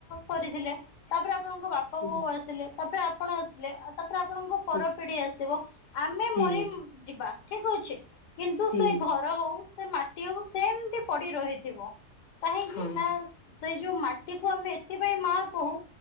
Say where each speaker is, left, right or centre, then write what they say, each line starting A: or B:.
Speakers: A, on the left (about 85°); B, on the left (about 65°).
A: କରିଥିଲେ ତାପରେ ଆପଣଙ୍କ ବାପ ବାପା
B: ହୁଁ
A: ବଉ ଆସିଲେ ତାପରେ ଆପଣ ଆସିଲେ ଆଉ ତାପରେ ଆପଣଙ୍କ ପରପିଢି
B: ହୁଁ ହୁଁ
A: ଆସିବ ଆମେ
B: ହୁଁ
A: ମରି ଯିବା ଠିକ ଅଛି। କିନ୍ତୁ
B: ହୁଁ
A: ସେ ଘର ହଉ ସେ ମାଟି ହଉ ସେମତି ପଡି ରହିଥିବ। କାହିଁକି
B: ହଁ
A: ନା ସେଇ ଯୋଉ ମାଟିକୁ ଆମେ ଏଥିପାଇଁ ମା କହୁ।